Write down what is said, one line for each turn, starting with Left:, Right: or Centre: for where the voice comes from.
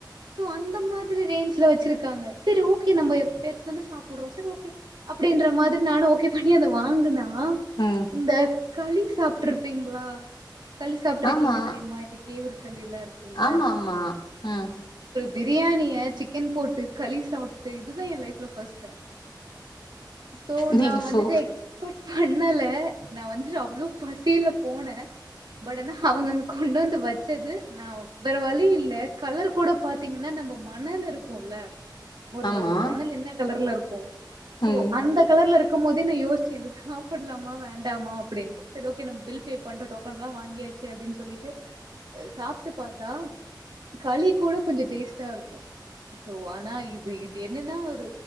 Right: சோ அந்த மாதிரி ரேஞ்ல வெச்சிருக்காங்க செரி ஓகே நம்ப எப்பயாச்சு தா சாப்டுறோ செரி ஓகே அப்டின்ற மாதிரி நானு ஓகே பனி அத வாங்குனா ஆ
Left: ம்
Right: இந்தக் களி சாப்ட்டுருப்பீங்களா களி சாப்ட்டு இருக்கீங்க
Left: ஆமா
Right: தெரியுமா இந்த கேவுறு களிலா இருக்கும்ல்ல
Left: ஆமா ஆமா ம்
Right: பிரியாணிய சிக்கன் போட்டு களி சாப்ட்டு இது தா எ லைஃப்ல பர்ஸ்ட் டைம் சோ
Left: நீ
Right: நா
Left: ஃபோ
Right: வந்துட்டு எக்ஸ்பட் பண்ணல நா வந்துட்டு அவ்ளோ பசில போனே பட் ஆனா அவங்க அங்க கொண்டு வந்து வச்சது நா வேற வலி இ இல்ல கலர் கூட பாத்தீங்கனா நம்ம மணல் இருக்கோம்ல்ல ஒரு
Left: ஆமா
Right: மணல் என்ன கலர்ல இருக் <inaudible> சோ
Left: ம்
Right: அந்த கலர்ல இருக்கு போது யோசிச்சே இத சாப்டலாமா வேண்டாமா அப்டின்ட்டு செரி ஓகே நம்ம பில் பே பண்றோ டோக்கன் எல்லா வாங்கியாச்சு அப்டினு சொல்லிட்டு சாப்டு பாத்தா களி கூட கொஞ்ஜோ டேஸ்ட்டா இருக்கு சோ ஆனா இது இது என்னன்னா ஒரு